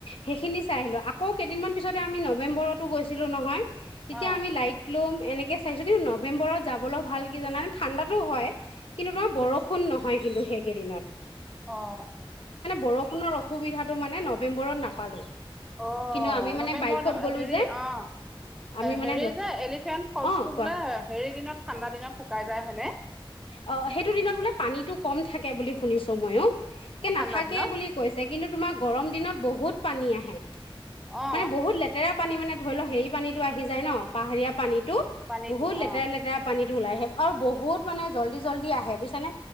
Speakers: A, on the left; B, in the centre.
A: সেইখিনি চাই আহিলো। আকৌ কেইদিনমান পিছতে আমি নৱেম্বৰতো গৈছিলোঁ নহয় তেতিয়া
B: অ অ
A: আমি লাইট ল'ম এনেকৈ চাইছোঁ কিন্তু নৱেম্বৰত যাবলৈ ভাল কি জানানে ঠাণ্ডাতো হয়। কিন্তু ধমাৰ বৰষুণ নহয়। কিন্তু সেইকেই দিনত।
B: অঁ,
A: বৰষুণৰ অসুবিধাটো মানে নৱেম্বৰত নাপালো
B: অঁ
A: কিন্তু আমি মানে
B: নৱেম্বৰ
A: বাইকত গ'লো
B: হেৰি
A: যে
B: অ
A: আমি মানে
B: হেৰি যে এলিফেণ্ট ফলচটো
A: অ কোৱা
B: বোলে হেৰি দিনত ঠাণ্ডা দিনত। শুকাই যায় হয়নে?
A: অ সেইটো দিনত বোলে পানীতটো কম থাকে বুলি শুনিছো মইো। একে
B: ঠাণ্ডা
A: নাথাকে
B: দিনত
A: বুলি কৈছে কিন্তু তোমাৰ গৰম দিনত বহুত পানী আহে।
B: অ
A: মানে বহুত লেতেৰা। পানী মানে ধৰি ল সেই পানীটো আহি যায় ন পাহাৰীয়া। পানীতো
B: পানীটো
A: বহুত লেতেৰা
B: অ
A: লেতেৰা পানীত। ওলাই আহে আৰু বহুত। মানে জল্দি জল্দি আহে বুজিছা নে?